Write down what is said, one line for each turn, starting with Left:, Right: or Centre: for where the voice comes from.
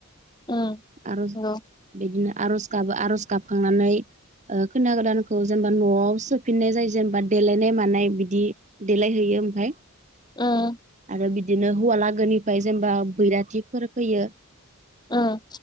Left: उम
Right: आर'ज
Left: नंगौ
Right: बिदिनो आर'ज गाबो आर'ज गाबखांनानै ओ खोना गोदानखौ जेनबा न'आव सोफिननाय जायो जेनेबा देलायनाय मानाय बिदि देलायहैयो ओमफाय
Left: उम
Right: ओ बिदिनो हौवा लागोनिफाय जेनबा बैराथिफोर फैयो
Left: उम